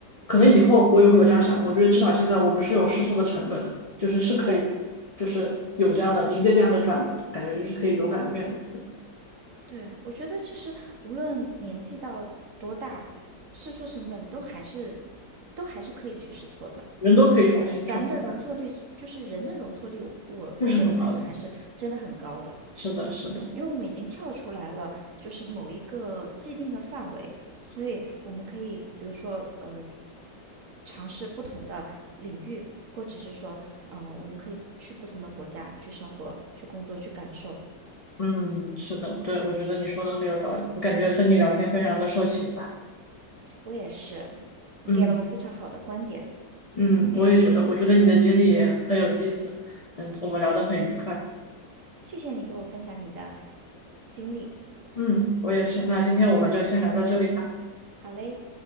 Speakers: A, on the left; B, on the right.
A: 可能以后我也会有这样想，我觉得至少现在我们是有试错的成本的，就是是可以
B: 对，
A: 就是有这样的迎接这样的转折感觉就是可以勇敢的面对，对
B: 对，我觉得其实无论年纪到多大，试错成本都还是都还是可以去试错的。
A: 人都可以重新重新来，
B: 咱们的容错率，就是人的容错率，我个人感觉还是真的很高的，
A: 这是很好的。是的，是的，
B: 因为我们已经跳出来了，就是某一个既定的范围，所以我们可以，比如说，呃，尝试不同的领域，或者是说，嗯、呃我们可以去不同的国家去生活、去工作、去感受。
A: 嗯，是的，对，我觉得你说的很有道理，我感觉和你聊天非常的受启发，
B: 我也是，你给了我非常好的观点。
A: 嗯。嗯，我也觉得，我觉得你的经历也很有意思。嗯，我们聊得很愉快。
B: 谢谢你跟我分享你的经历。
A: 嗯我也是。那今天我们就先聊到这里吧。
B: 好嘞，